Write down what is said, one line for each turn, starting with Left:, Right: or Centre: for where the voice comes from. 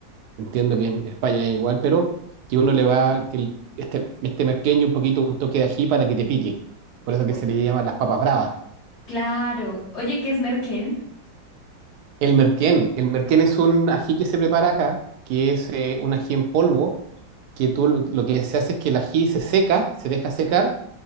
Right: entiendo que en España es igual, pero que uno le va, que el- este, este merquén y un poquito un toque de ají para que te pique, por eso que
Left: Oh,
Right: se le llama las papas bravas.
Left: claro. Oye, ¿qué es merquén?
Right: El merquén. El merquén es un ají que se prepara acá, que es eh, un ají en polvo, que tú lo, lo que se hace es que el ají se seca, se deja secar,